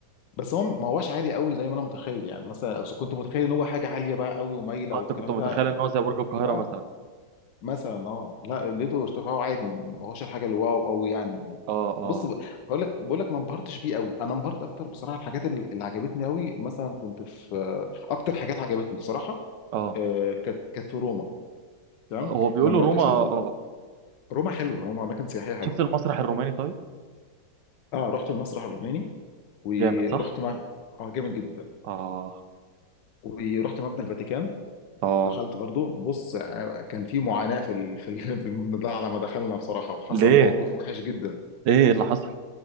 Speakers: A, on the left; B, on the right.
A: بس هو ما هوش عالي قوي زي ما انا متخيل يعني مثلا إذا كنت متخيل ان هو حاجه عاليه بقى قوي ومايله
B: اه
A: والكلام
B: انت كنت متخيل
A: ده
B: ان هو زي برج القاهرة
A: اه
B: مثلا
A: مثلا اه لا لقيته ارتفاعه عادي ما هوش الحاجه اللي واو قوي يعني و...
B: اه اه
A: بص ب- هقول لك بقول لك ما انبهرتش بيه قوي انا انبهرت اكتر بصراحه الحاجات اللي اللي عجبتني قوي مثلا كنت في آه، اكتر حاجات عجبتني بصراحه
B: اه
A: آه، كانت كانت في روما تمام
B: هو بيقولوا
A: لما رحت
B: روما
A: اشوف
B: اه آه.
A: روما حلوه روما اماكن سياحيه حلوه
B: شفت المسرح الروماني طيب
A: اه رحت المسرح الروماني ورحت
B: جامد صح
A: مع اه جامد جدا
B: اه
A: ورحت مبنى الفاتيكان
B: اه
A: دخلت برضو بص آه، كان في معاناة في ال... في ال- <laughs> في المبنى ده على ما دخلنا بصراحة وحصل
B: ليه
A: موقف وحش جدا
B: ايه اللي حصل